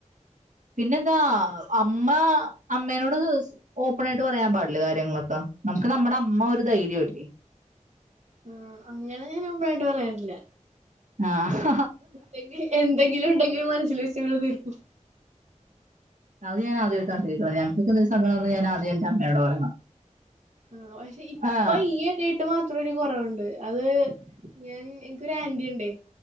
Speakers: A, on the right (about 80°); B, on the right (about 60°).
A: പിന്നെന്താ അമ്മ അമ്മേനോട് ഓപ്പൺ ആയിട്ട് പറയാൻ പാടില്ല കാര്യങ്ങളൊക്കെ നമുക്ക് നമ്മുടെ അമ്മ ഒരു ധൈര്യമല്ലേ
B: ഉം അങ്ങനെ ഞാൻ ഒപ്പണ്ണായിട്ട് പറയാറില്ല
A: ആഹ
B: ണ്ടെങ്കി എന്തെങ്കിലും ഉണ്ടെങ്കിലും മനസ്സില് വെച്ചങ്ങ്ട് തീർക്കും
A: അത് ഞാൻ ആദ്യം ഇട്ടാ കേിക്കണം ഞങ്ങ കേൾക്കുന്ന ഒരു സങ്കടം വന്ന് ഞാനാ ആദ്യം എന്റെ അമ്മയോട് പറയണം
B: ആ പക്ഷെ ഇപ്പ
A: ആഹ്
B: ഈ ഇടയിട്ട് മാത്രം ഒരു കുറവുണ്ട് അത് ഞാൻ എനിക്കൊരു ആന്റി ഉണ്ടേ